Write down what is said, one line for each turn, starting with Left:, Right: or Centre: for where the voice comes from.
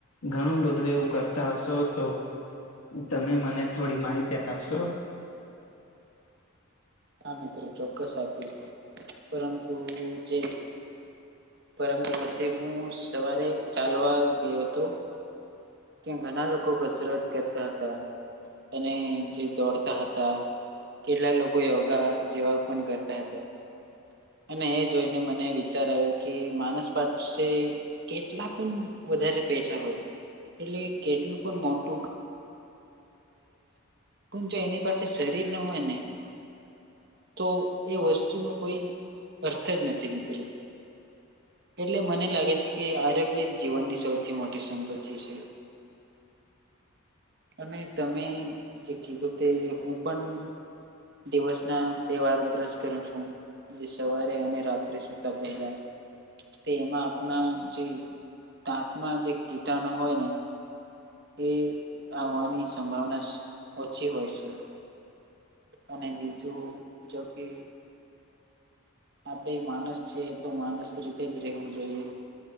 Left: ઘણું બધું એવું કરતા હશોતો તમે મને થોડી માહિતી આપશો
Right: આમે કરી ચોક્કસ આપીશ પરંતુ જે પરમ દિવસે હું સવારે ચાલવા ગયો હતો. ત્યાં ઘણા લોકો કસરત કરતા હતા અને જે દોડતા હતા. કેટલાક લોકો યોગા જેવા પણ કરતા હતા. અને એ જોઈને મને વિચાર આવ્યો કે માનસ પાઠસે કેટલા પણ વધારે પૈસા હોય એટલે કેટલું પણ મોટુ ઘર હ જો એની પાસે શરીર ન હોય ને તો એ વસ્તુનો કોઈ અર્થ જ નથી મિત્રો એટલે મને લાગે છે કે આરોગ્ય જીવનની સૌથી મોટી સંપત્તિ છે.
Left: <inaudible>
Right: અને તમે જે કીધું તે હું પણ દિવસ ના બે વાર બ્રશ કરું છુ. જે સવારે અને રાત્રે સુતા પહેલા તે એમાં આપણા જે દાંતમાં જે કીટાણો હોય, ને એ આવવાની સંભાવના ઓછી હોય છે. અને બીજું જોકે આપણે માનસ છીએ તો માનસ રીતે જ રહેેવું જોઈએ.